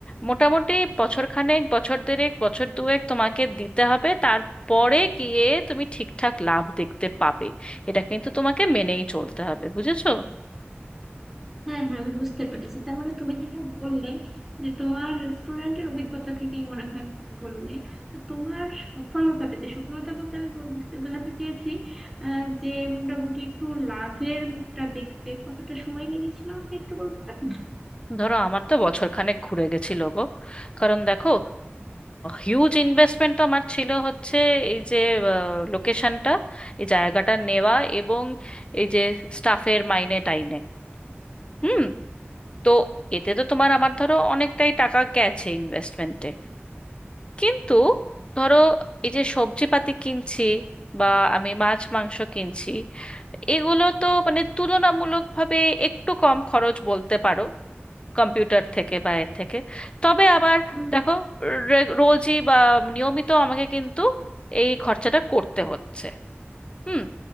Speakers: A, on the left; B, in the centre.
A: মোটামুটি বছর খানেক বছর দেড়েক বছর দুয়েক তোমাকে দিতে হবে তারপরে গিয়ে তুমি ঠিকঠাক লাভ দেখতে পাবে এটা কিন্তু তোমাকে মেনেই চলতে হবে বুঝেছো
B: হ্যাঁ হ্যাঁ আমি বুঝতে পেরেছি তার মানে তুমি যেটা বললে যে তোমার রেস্টুরেন্টের অভিজ্ঞতা থেকেই মনে হয় বললে তো তোমার সফলতা পেতে সফলতা বলতে আমি বল- বুঝতে বোঝাতে চেয়েছি আহ, যে মোটামুটি একটু লাভের মুখটা দেখতে কতটা সময় লেগেছিল আমাকে একটু বলতে পারবে
A: ধরো আমার তো বছর খানেক ঘুরে গেছিল গো কারণ দেখো হিউজ ইনভেস্টমেন্ট তো আমার ছিল হচ্ছে এই যে লোকেশনটা এই জায়গাটা নেওয়া এবং এই যে স্টাফের মাইনে টাইনে হুম তো এতে তো তোমার আমার ধরো অনেকটাই টাকা গেছে ইনভেস্টমেন্টে কিন্তু ধরো এই যে সবজিপাতি কিনছি বা আমি মাছ মাংস কিনছি এগুলো তো মানে তুলনামূলকভাবে একটু কম খরচ বলতে পারো কম্পিউটার থেকে বা এর থেকে তবে আবার
B: হুম
A: দেখো রে- রোজই বা নিয়মিত আমাকে কিন্তু এই খরচাটা করতে হচ্ছে হুম